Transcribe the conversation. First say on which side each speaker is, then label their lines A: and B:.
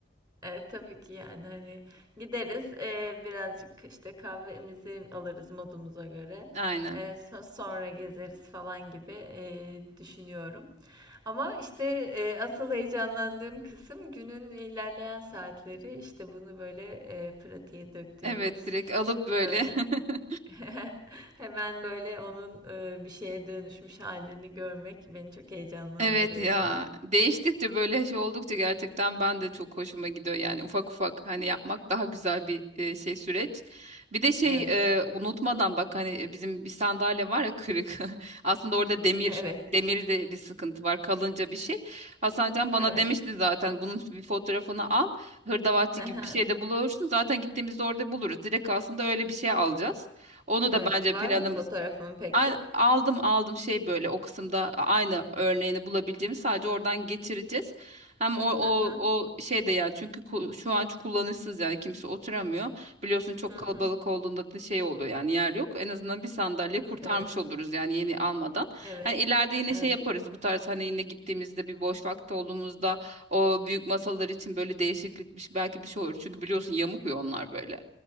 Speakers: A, on the right; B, on the right.
A: E, tabii ki yani hani gideriz e, birazcık işte kahvemizi alırız modumuza göre.
B: <laughs> Aynen.
A: E, so- sonra gezeriz falan gibi e, düşünüyorum. Ama işte e, asıl heyecanlandığım kısım günün ilerleyen saatleri işte bunu böyle e, pratiğe döktüğümüz
B: Evet direkt alıp böyle.
A: böyle
B: <laughs>
A: <laughs> hemen böyle onun e, bir şeye dönüşmüş halini görmek beni çok heyecanlandırıyor
B: Evet ya
A: şu an.
B: değiştikçe böyle şey oldukça gerçekten ben de çok hoşuma gidiyor yani ufak ufak hani yapmak daha güzel bir e, şey süreç. Bir de şey
A: Evet,
B: e, unutmadan bak hani bizim bir sandalye var ya kırık <laughs> aslında orada demir
A: evet,
B: demirde bir sıkıntı var kalınca bir şey. Hasan can bana
A: evet,
B: demişti
A: evet.
B: zaten bunun bir fotoğrafını al hırdavatçı
A: <laughs>
B: gibi bir şey de bulursun zaten gittiğimizde orada buluruz direkt aslında öyle bir şey alacağız. Onu
A: Evet.
B: da bence
A: Var
B: planımızda
A: mı fotoğrafın peki?
B: Ay- Aldım aldım şey böyle o kısımda aynı örneğini bulabileceğimiz sadece oradan geçireceğiz. Hem o o
A: Hı hı.
B: o şey de yani çünkü ku- şu an kullanışsız yani kimse oturamıyor. Biliyorsun çok
A: Hı
B: kalabalık
A: hı.
B: olduğunda da şey oluyor yani yer yok. En azından bir sandalye kurtarmış
A: Evet.
B: oluruz yani yeni almadan.
A: Evet.
B: Hani ileride yine
A: Evet.
B: şey yaparız bu tarz hani yine gittiğimizde bir boş vakti olduğumuzda o büyük masalar için böyle değişiklik bir, belki bir şey olur. Çünkü biliyorsun yamuk ya onlar böyle.